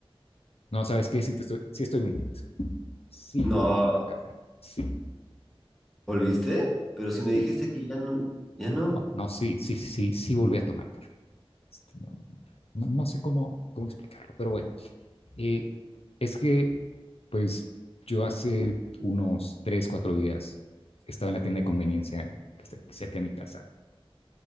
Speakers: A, on the left; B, in the centre.
A: no, ¿sabes qué? Sí, te estoy, sí estoy mintiendo. Sí
B: No,
A: volví a tomar café, sí.
B: ¿volviste? Pero
A: Sí,
B: si me dijiste que ya no, ya no.
A: no, no sí, sí, sí, sí volví a tomar café. Este, no, no, no sé cómo, cómo explicarlo, pero bueno, Eh, es que, pues, yo hace unos tres, cuatro días estaba en la tienda de conveniencia que está aquí cerca de mi casa.